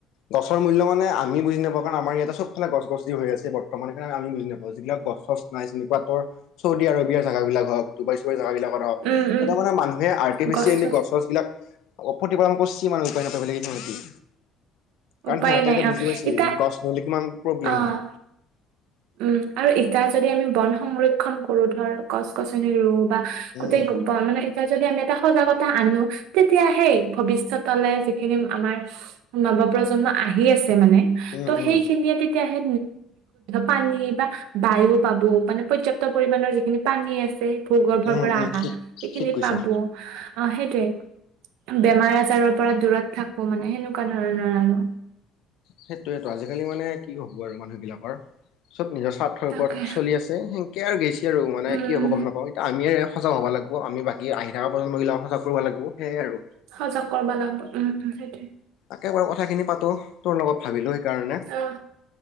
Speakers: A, on the left (about 75°); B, on the right (about 80°).
A: গছৰ মূল্য মানে আমি বুজি নাপাওঁ। কাৰণ আৰু ইয়াতে চব ফেছ। হৈ আছে ব্তমান স আমি বুজি নাপাওঁ যিবিলাক গছ চছ নাই চনেকুৱা তৰ চৌদি আৰবিয়াৰ জেগাব বিলাক হওক। ডুবাই চুবাই জোগা বিলাকৰ হওক
B: উম,
A: তাাৰ
B: উম,
A: মানে মানুহে আৰ্টিফিচিয়েলি
B: গছ-চছ
A: গছ গছ বিলাক। অপতিপালন কৰছ মানে উপায় ন কি নহ। কাৰণ
B: উপায়
A: সিহঁতে
B: নাই
A: এতিয়া
B: অ',
A: বুজি পাইছে
B: এতিয়া
A: গছ নলে কিমান প্ৰব্লেম
B: অ',
A: হয়।
B: উম আৰু ইতিয়া যদি আমি বন সংৰক্ষন কৰো ধৰ গছ গছনি ৰোগ। বা গোটেই
A: উম
B: মানে এতিয়া যদি আমি। এটা সজাগতা আনো তেতিয়া সেই ভৱিষ্যতলে যিখিনি আমাৰ নৱ প্ৰজন্ম। আহি আছে মানে
A: উম
B: ত সেই
A: উম
B: খিনিয়ে তেতিয়াহে। পানী বা বায়ু পাব মানে পৰ্যাপ্ত পৰিমাণৰ যিখিনি পানী আছে। ভূগৰ্ভৰ
A: উম
B: পৰা
A: উম
B: আহা
A: ঠিক
B: সেইখিনি
A: ঠিক কৈছা
B: পাবো আহ সেইটোয়ে। বেমাৰ আজাৰৰ পৰা দূৰত থাকিব মানে সেনেকুৱা ধৰণৰ আৰু।
A: সেইটোয়েটো আজিকালি মানে কি হব আৰু মানুহ বিলাকৰ। চব নিজৰ স্বাৰ্থৰ
B: তাকে
A: ওপৰত চলি আছে সেনকে আৰু গেছে আৰু মানে
B: উম
A: কি হ'ব গম নাপাওঁ এতিয়া আমিয়ে। সজাগ হ'ব লাগিব আমি বাকী আহি থকা প্ৰজন্মগিলাও সজাগ কৰিবলাগিব সেয়ে আৰু।
B: সজাগ কৰিবা লাগিব উম উম সেইটোৱে।
A: একেবাৰ কথা খিনি পাতো তোৰ লগত ভাবি লৈ। কাৰণে
B: অ